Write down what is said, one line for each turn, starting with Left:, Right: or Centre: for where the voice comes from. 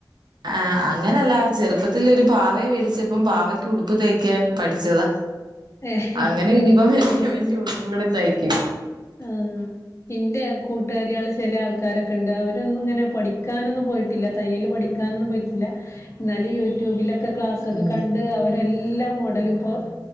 Right: ആ അങ്ങനല്ല. ചെറുപ്പത്തിൽ ഒരു പാവയെ വേടിച്ചപ്പം പാവയ്ക്ക് ഉടുപ്പ് തയ്ക്കാൻ പഠിച്ചതാ
Left: ഏഹ്
Right: അങ്ങനെ ഇനിപ്പോ വല്യ വല്യ ഉടുപ്പുകള് തയി ക്കും
Left: ആഹ് ഇന്റെ കൂട്ടുകാരികള് ചെല ആൾക്കാരൊക്കെ ഇണ്ട്. അവരൊന്നും ഇങ്ങനെ പഠിക്കാനൊന്നും പോയിട്ടില്ല. തയ്യല് പഠിക്കാനൊന്നും പോയിട്ടില്ല. എന്നാല് യൂട്യൂബിലൊ ക്കെ ക്ലാസൊക്കെ
Right: ഉം
Left: കണ്ട് അവർ എല്ലാ മോഡലു ഇപ്പോ